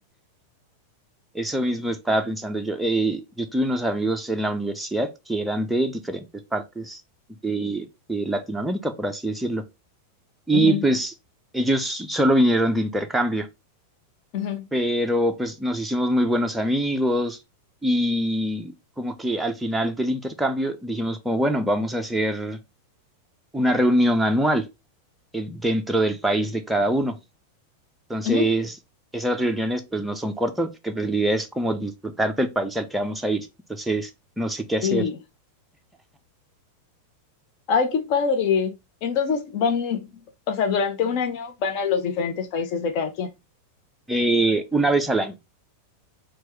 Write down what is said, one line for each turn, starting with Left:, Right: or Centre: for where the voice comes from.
Centre: eso mismo estaba pensando yo. Eh, yo tuve unos amigos en la universidad que eran de diferentes partes de de Latinoamérica, por así decirlo y
Left: Ujú,
Centre: pues ellos solo vinieron de intercambio,
Left: ujú,
Centre: pero pues nos hicimos muy buenos amigos y como que al final del intercambio dijimos como, bueno, vamos a hacer una reunión anual eh, dentro del país de cada uno. Entonces,
Left: ujú.
Centre: esas reuniones pues no son cortas porque pues la idea es como disfrutar del país al que vamos a ir. Entonces, no sé qué hacer
Left: Y, ay, qué padre. Entonces van, o sea, durante un año van a los diferentes países de cada quien.
Centre: eh, una vez al año.